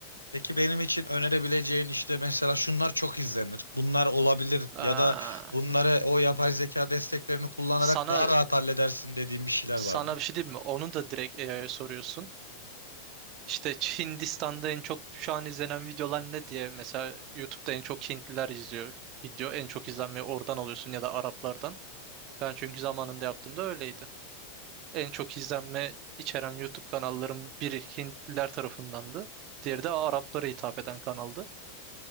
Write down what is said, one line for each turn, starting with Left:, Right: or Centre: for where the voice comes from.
Left: Peki benim için önerebileceğin işte mesela şunlar çok izlenir. Bunlar olabilir
Right: Aa,
Left: ya da bunları o yapay zeka desteklerini kullanarak
Right: sana
Left: daha rahat halledersin dediğin bir şeyler
Right: sana
Left: var mı?
Right: bir şey diyeyim mi? Onu da direkt AI'ya soruyorsun. İşte Ç- Hindistan'da en çok şu an izlenen videolar ne diye mesela YouTube'da en çok Hintliler izliyor video. En çok izlenmeyi oradan alıyorsun ya da Araplardan. Ben çünkü zamanında yaptığımda öyleydi. En çok izlenme içeren YouTube kanalların biri Hintliler tarafındandı. Diğeri de Araplara hitap eden kanaldı.